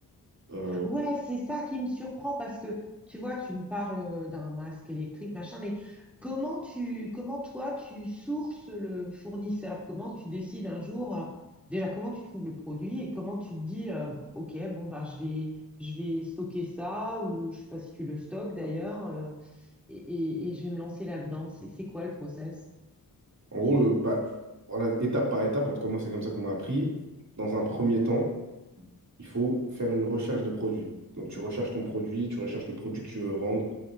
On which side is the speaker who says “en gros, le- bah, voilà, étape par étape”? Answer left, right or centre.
Right